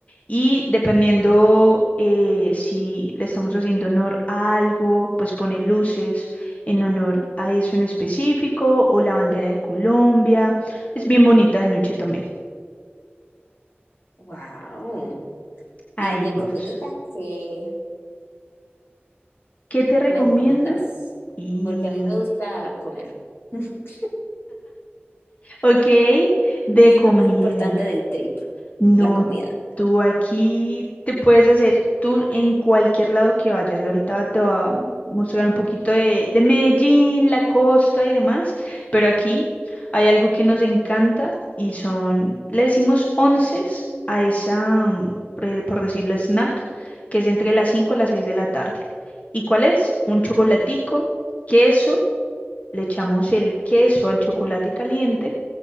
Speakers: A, on the left; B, on the left.
A: y dependiendo eh, si le estamos haciendo honor a algo, pues pone luces en honor a eso en específico o la bandera de Colombia. Es bien bonita de noche también.
B: Wow.
A: Ahí
B: ¿Y de comidita
A: vamos.
B: qué,
A: ¿Qué te recomiendo?
B: qué me recomendás?
A: Y,
B: Porque a mí me gusta comer. <laughs>
A: ok, de
B: Eso es
A: comida.
B: lo más importante del trip,
A: No,
B: la comida.
A: tú aquí te puedes hacer tour en cualquier lado que vayas. Ahorita te voy a mostrar un poquito de, de Medellín, la costa y demás, pero aquí hay algo que nos encanta y son, le decimos onces a esa, mm, por por decirlo, snack, que es entre las 5 y las 6 de la tarde. ¿Y cuál es? Un chocolatico, queso, le echamos el queso al chocolate caliente